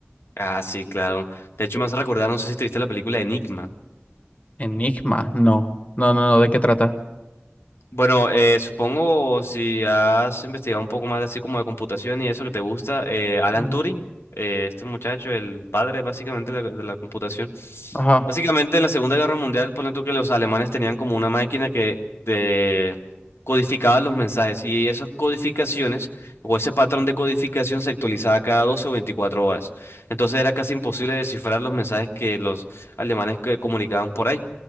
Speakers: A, on the left (about 85°); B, on the left (about 35°).
A: Ah, sí, claro. De hecho, me hace recordar, no sé si te viste la película Enigma.
B: Enigma, no. No, no, no, ¿de qué trata?
A: Bueno, eh, supongo si has investigado un poco más así como de computación y eso que te gusta, eh, Alan
B: Ujú,
A: Turing, eh, este muchacho, el padre básicamente de la, de la computación.
B: Ajá.
A: Básicamente en la Segunda Guerra Mundial, ponle tú que los alemanes tenían como una máquina que te codificaba los mensajes y esas codificaciones o ese patrón de codificación se actualizaba cada 12 o 24 horas. Entonces era casi imposible descifrar los mensajes que los alemanes que comunicaban por ahí.